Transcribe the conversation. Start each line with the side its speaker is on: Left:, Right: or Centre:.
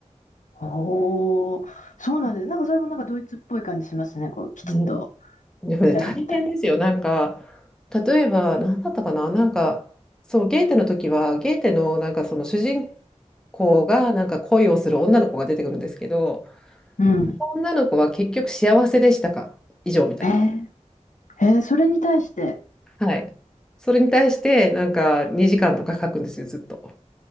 Left: おー、そうなんです。なんかそれもなんかドイツっぽい感じしますね。こう、きちっと
Centre: うん、でもね、
Left: やるみたい
Centre: 大変ですよ。なんか、例えば、何だったかな、なんか、そう、ゲーテの時は、ゲーテのなんかその主人公がなんか恋をする女の子が出てくるんですけど、
Left: な。うん。
Centre: 女の子は結局幸せでしたか以上みたいな。
Left: えー、えーそれに対して、
Centre: はい。それに対して、なんか2時間とか書くんですよ、ずっと。